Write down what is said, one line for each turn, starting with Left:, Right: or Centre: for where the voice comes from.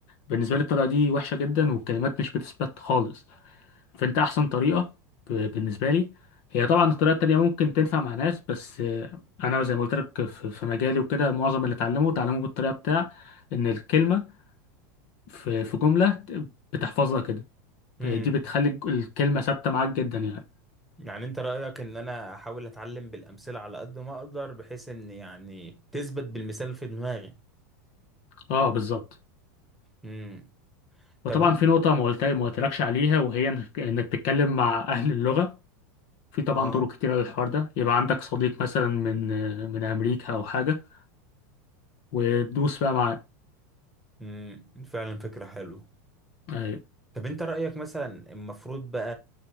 Left: بالنسبة لي الطريقة دي وحشة جدا والكلمات مش بتثبت خالص فانت احسن طريقه ب- بالنسبه لي هي طبعا الطريقه التانيه ممكن تنفع مع ناس بس آه، انا زي ما قلت لك في في مجالي وكده معظم اللي اتعلمه اتعلمه بالطريقه بتاع ان الكلمه في في جمله ت- بتحفظها كده
Centre: امم
Left: ب- دي بتخلي الج- الكلمه ثابته معاك جدا يعني
Centre: يعني انت رأيك ان انا احاول اتعلم بالامثلة على قد ما اقدر بحيث ان يعني تثبت بالمثال في دماغي
Left: اه بالظبط
Centre: امم
Left: وطبعا
Centre: طب انت
Left: في نقطه ما قلت ما قلتلكش عليها وهي انك إنك تتكلم مع اهل اللغه في طبعا
Centre: اه
Left: طرق كتيره للحوار ده يبقى عندك صديق مثلا من آه، من امريكا او حاجه وتدوس بقى مع
Centre: امم فعلا فكرة حلوة
Left: أيوة.
Centre: طب انت رأيك مثلا المفروض بقى